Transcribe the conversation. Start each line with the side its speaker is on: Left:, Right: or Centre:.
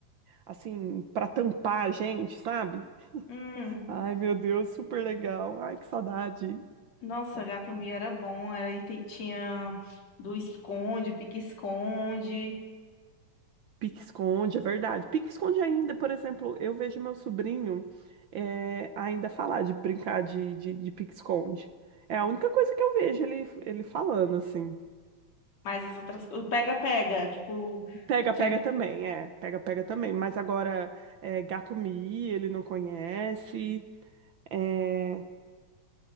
Right: assim, para tampar a gente, sabe?
Left: Hum.
Right: Ai, meu Deus, super legal. Ai, que saudade.
Left: Nossa, Gato Mia era bom, era e te- tinha do esconde, pique-esconde,
Right: Pique-esconde, é verdade. Pique-esconde ainda, por exemplo, eu vejo meu sobrinho eh, ainda falar de brincar de, de, de pique-esconde. É a única coisa que eu vejo ele, ele falando, assim.
Left: mas as outras coisas, pega-pega, tipo,
Right: Pega,
Left: que tinha...
Right: pega também, é. Pega, pega também. Mas agora, é, gato-mia, ele não conhece. eh,